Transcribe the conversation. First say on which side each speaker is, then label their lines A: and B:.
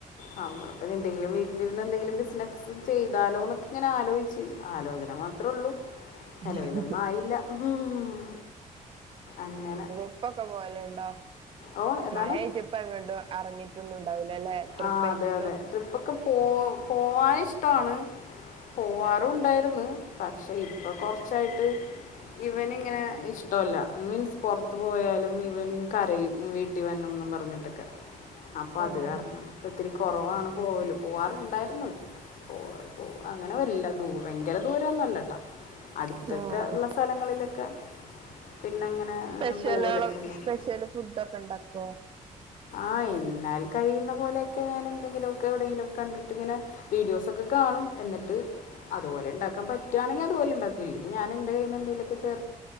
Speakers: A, on the left; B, on the right.
A: നമ്മൾ ഇപ്പൊ ഇത് എന്തെങ്കിലും വീട്ടിലിരുന്നെന്തെങ്കിലും ബിസിനസ് സ് ചെയ്താലോ ന്നൊക്കെ ങ്ങനെ ആലോയിച്ച് ആലോചന മാത്ര ഉള്ളൂ
B: <unintelligible>
A: നിലവിലൊന്നും ആയില്ല ഉം. അങ്ങനെ
B: ഇപ്പൊക്കെ പോ പലുണ്ടോ
A: ഓ ഏതാണ്
B: മഴായിട്ട് ഇപ്പൊ എങ്ങട്ടും അറങ്ങി റ്റൊന്നും ഉണ്ടാവൂലല്ലെ ട്രിപ്പായിട്ടൊന്നും
A: ആ അതെ അതെ ട്രിപ്പൊക്കെ പോ പോവാന് ഇഷ്ടമാണ്. പോവാറും ഉണ്ടായിരുന്ന്. പക്ഷെ ഇപ്പൊ കുറച്ചായിട്ട് ഇവൻ ഇങ്ങനെ ഇഷ്ടമല്ല മീൻസ് പുറത്ത് പോയാലും ഇവൻ കരയും വീട്ടിൽ വരണോന്ന് പറഞ്ഞിട്ടൊക്കെ അപ്പൊ
B: ആഹ്
A: അത് കാരണാ. ഒത്തിരി കുറവാണ് പോവല് പോവാറുണ്ടായിരുന്നു പോ പോ അങ്ങനെ വല്ല ഭയങ്കര ദൂരൊന്നല്ലട്ടാ അടുത്തൊക്കെ
B: ആഹ്
A: ഉള്ള സ്ഥലങ്ങളിലൊക്കെ പിന്നെ എങ്ങനെ
B: സ്പെഷ്യലുകളൊ
A: പോവലൊക്കെ ണ്ട്
B: സ്പെഷ്യൽ ഫുഡൊക്കെ ഉണ്ടാക്കുവോ
A: ആഹ് എന്നാൽ കഴിയുന്ന പോലെയൊക്കെ ഞാൻ എന്തെങ്കിലുമ ഒക്കെ എവിടെങ്കിലും കണ്ടിട്ട് ഇങ്ങനെ വീഡിയോസൊക്കെ കാണും എന്നിട്ട് അതുപോലെ ഉണ്ടാക്കാൻ പറ്റുവാണെങ്കിൽ അതുപോലെണ്ടാക്കും ഇല്ലെങ്കിൽ ഞാൻ എന്റെ കയ്ൽ എന്തെങ്കിലുമൊക്കെ ചേർ